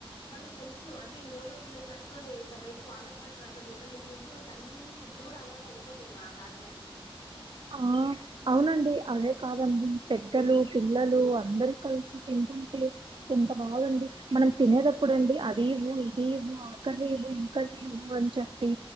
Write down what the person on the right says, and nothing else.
ఆ అవునండి అదే కాదండి పెద్దలు పిల్లలు అందరు కలిసి తింటుంటే ఎంత బాగుంది మనం తినేటప్పుడు అండి అది ఇవ్వు ఇది ఇవ్వు అక్కడవి ఏవో ఇక్కడవి ఏవో అని చెప్పి